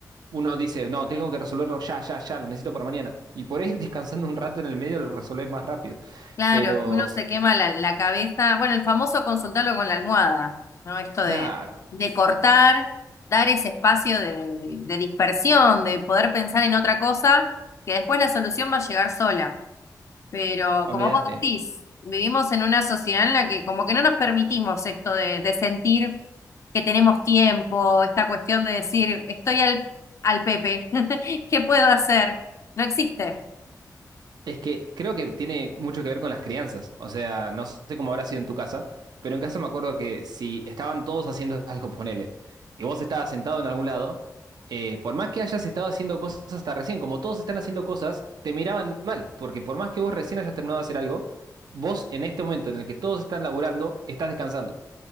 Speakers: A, on the right; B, on the left.
A: uno dice, no, tengo que resolverlo ya, ya, ya, lo necesito para mañana. Y por ahí <laughs> descansando un rato en el medio lo resolvés más rápido.
B: Claro,
A: Pero,
B: es que uno se quema la, la cabeza, bueno, el famoso consultarlo con la almohada, ¿no? Esto
A: claro,
B: de, de cortar, dar ese espacio de, de de dispersión, de poder pensar en otra cosa, que después la solución va a llegar sola. Pero
A: olvídate.
B: como vos decís, vivimos en una sociedad en la que como que no nos permitimos esto de, de sentir que tenemos tiempo, esta cuestión de decir, estoy al, al Pepe, <laughs> ¿qué puedo hacer? No existe.
A: Es que creo que tiene mucho que ver con las crianzas. O sea, no sé cómo habrá sido en tu casa, pero en casa me acuerdo que si estaban todos haciendo <laughs> algo, ponele, y vos estabas sentado en algún lado, eh, por más que hayas estado haciendo cosas hasta recién, como todos están haciendo cosas, te miraban mal, porque por más que vos recién hayas terminado de hacer algo, vos en este momento en el que todos están laburando, estás descansando.